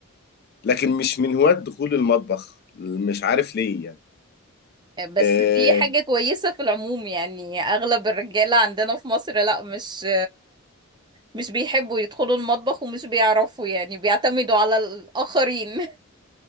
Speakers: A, on the left; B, on the right.
A: لكن مش من هواة دخول المطبخ مش عارف ليه يعني
B: بس
A: آه،
B: دي حاجة كويسة في العموم يعني أغلب الرجالة عندنا في مصر لا مش مش بيحبوا يدخلوا المطبخ ومش بيعرفوا يعني بيعتمدوا على الآخرين <laughs>